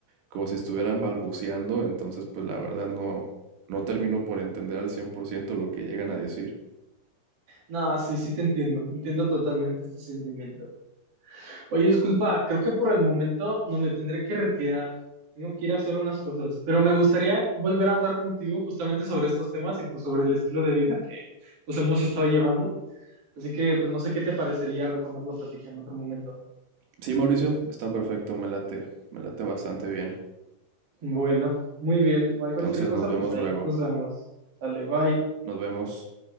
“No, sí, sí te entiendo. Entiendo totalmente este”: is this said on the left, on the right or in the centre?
Right